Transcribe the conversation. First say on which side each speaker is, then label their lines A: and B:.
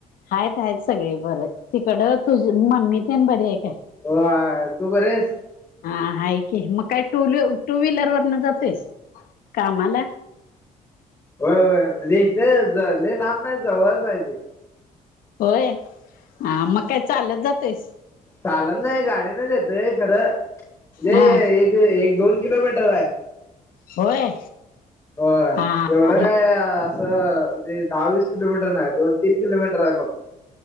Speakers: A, on the left; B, on the left.
A: आहेत आहेत सगळी बरं तिकड तुझ मम्मी ते बरीय काय?
B: होा तू बर आहेस?
A: हा आहेा की मग काय टू व टू व्हीलर वरन जातोस कामाला
B: हो म्हणजे इथे झाले लांब नाही जवळ पाहिजे.
A: होय ह मग काय चालत जातस.
B: चालत नाही गाडीनच येतय खरंजे
A: हा
B: एक. एक दोन किलोमीटर आहे.
A: होय.
B: ह एवढं.
A: हा
B: बडं काय
A: मग
B: असं म्हे दहा वीस किलोमीटर नाही दोन तीन कलोमीटर आहे फक्त